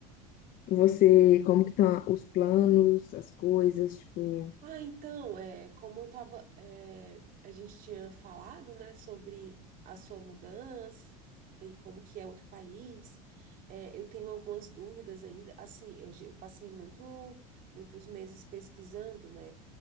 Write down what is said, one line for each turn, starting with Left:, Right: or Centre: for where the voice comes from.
Left: Você, como que estão os planos, as coisas, tipo,
Right: Ah, então, é, como eu tava, é, a gente tinha falado, né, sobre a sua mudança e como que é outro país. É, eu tenho algumas dúvidas ainda. Assim, eu, eu passei muito, muitos meses pesquisando, né?